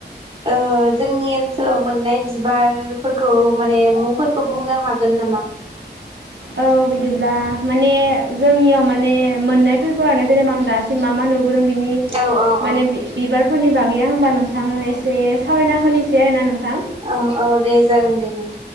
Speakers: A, on the right; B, on the right.
A: ओ जोंनि ओनसोलाव मोननाय बिबारफोरखौ माने मुंफोरखौ बुंनो हागोन नामा?
B: औ बिदिब्ला माने जोंनियाव माने मोननाय फोरखौ आरोना जेनेबा आं दासिम मा मा नुबोदों बिनि
A: औ औ
B: माने
A: औ
B: बि-बिबारफोरनि <unintelligible> होमबा नोंथां एसे सावरायना होनोसै आरोना नोंथां
A: औ औ दे जागोन दे नों